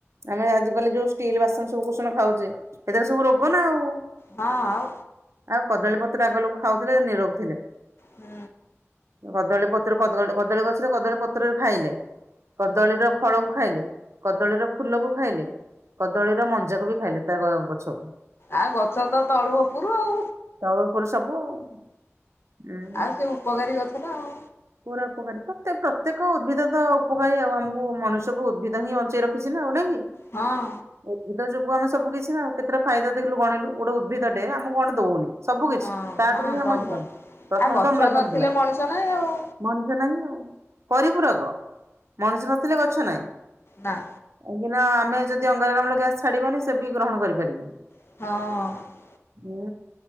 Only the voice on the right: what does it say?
ଆମେ ଆଜିକାଲି ଯୋଉ ଷ୍ଟିଲ୍ ବାସନ ସବୁ କୁସନ ଖାଉଚେ ଏଥିରେ ସବୁ ରୋଗନା ଆଉ
ଆଉ କଦଳୀପତ୍ର ଆଗ ଲୋକ ଖାଉଥିଲେ ନିରୋଗ ଥିଲେ।
କଦଳୀ ପତ୍ର କଦଳ କଦଳୀ ଗଛରେ କଦଳୀ ପତ୍ରରେ ଖାଇଲେ। କଦଳୀର ଫଳକୁ ଖାଇଲେ କଦଳୀର ଫୁଲକୁ ଖାଇଲେ କଦଳୀର ମଞ୍ଜାକୁବି ଖାଇଲେ ତା ଗ ଗଛ।
ତଳୁ ଉପରୁ ସବୁ ଆଉ। ହୁଁ
ପୁରା ଉପକାରୀ ପ୍ରତ ପ୍ରତ୍ୟେକ ଉଦ୍ଭିଦତ ଉପକାରୀ ଆଉ ଆମକୁ ମନୁଷ୍ୟକୁଉଦ୍ଭିଦ ହିଁ ବଞ୍ଚେଇ ରଖିଚିନା ଆଉ ନାଇଁକି।
ଉଦ୍ଭିଦ ଯୋଗୁ ଆମେ ସବୁ କିଛିନା କେତେଟା ଫାଇଦା ଦେଖିଲୁ ଗଣିଲୁ ଗୋଟେ ଉଦ୍ଭିଟେ ଆମେ କଣ ଦଉନି? ସବୁ କିଛି
ତାଠାରୁହିଁ
ଆମ ଜୀବନ ପ୍ରଥମତ
ଅମ୍ଳଜାନ
ଦେଲା।
ମଣିଷ ନାହିଁ ଆଉ ପରିପୂରକ ମଣିଷ ନଥିଲେ ଗଛ ନାଇଁ।
କାହିଁକିନା ଆମେ ଯଦି ଅଙ୍ଗାରକାମ୍ଳ ଗ୍ୟାସ୍ ଛାଡ଼ିବାନି ସେବି ଗ୍ରହଣ କରିପାରିବେନି।
ହୁଁ